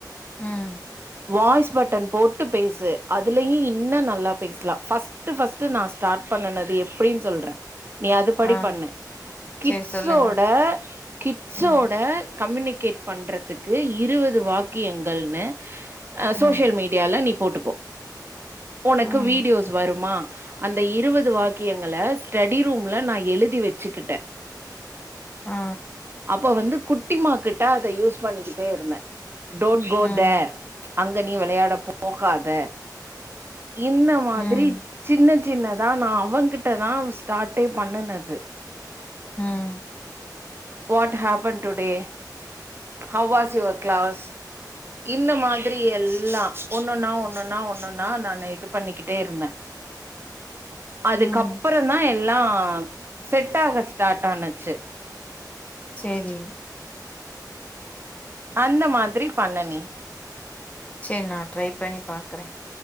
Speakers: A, on the left (about 20°); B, on the right (about 30°).
A: உம்
B: வாய்ஸ் பட்டன் போட்டு பேசு அதுலயும் இன்னும் நல்லா பேசலாம் ஃபர்ஸ்ட்டு ஃபர்ஸ்ட்டு நான் ஸ்டார்ட் பண்ணனது எப்படின்னு சொல்றேன் நீ அதுபடி
A: ஆ
B: பண்ணு கிட்ஸ்ஸோட
A: சரி சொல்லுங்க.
B: கிட்ஸ்ஸோட
A: ம்,
B: கம்யூனிகேட் பண்றதுக்கு இருவது வாக்கியங்கள்ன்னு ஆ சோஷியல்
A: ம்,
B: மீடியால நீ போட்டுக்கோ உனக்கு
A: ம்,
B: வீடியோஸ் வருமா அந்த இருவது வாக்கியங்களை ஸ்டடி ரூம்பல நான் எழுதி வச்சுக்கிட்டேன்
A: ஆ
B: இப்ப வந்து குட்டிமா கிட்டா அதை யூஸ் பண்ணிக்கிட்டே இருந்தேன் டோன்ட் கோ
A: ம்,
B: தேர் அங்க நீ விளையாட போகாத இந்த மாதிரி
A: ம்,
B: சின்ன சின்னதான் நான் அவ கிட்டதான் ஸ்டார்ட்டே பண்ணுனது
A: ம்
B: what happen today how was your class இந்த மாதிரி எல்லாம் ஒன்னுன்னா ஒன்னுன்னா ஒன்னுன்னா நான் இது பண்ணிக்கிட்டே இருந்தேன் அதுக்கப்புறம்தான்
A: ம்.
B: எல் லாம் செட்டாக ஸ்டார்ட் ஆனுச்சு
A: சேரி
B: அந்த மாதிரி பண்ணு நீ
A: செரி நான் ட்ரை பண்ணி பாக்குறேன்